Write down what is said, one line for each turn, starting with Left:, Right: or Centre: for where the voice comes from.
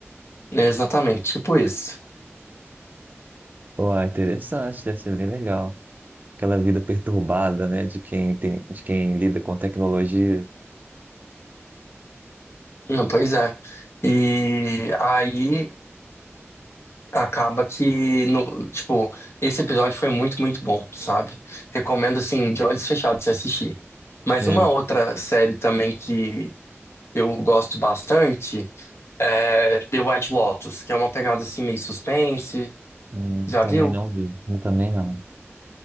Left: É Exatamente, tipo isso.
Right: Pô, é interessante, deve ser bem legal. Aquela vida perturbada, né, de quem tem, de quem lida com tecnologia.
Left: Não, pois é. E aí acaba que, no, tipo, esse episódio foi muito, muito bom, sabe? Recomendo, assim, de olhos fechados você assistir. Mas
Right: É.
Left: uma outra série também que eu gosto bastante É, The White Lotus, que é uma pegada assim meio suspense.
Right: Hum,
Left: Já
Right: também
Left: viu?
Right: não vi, eu também não.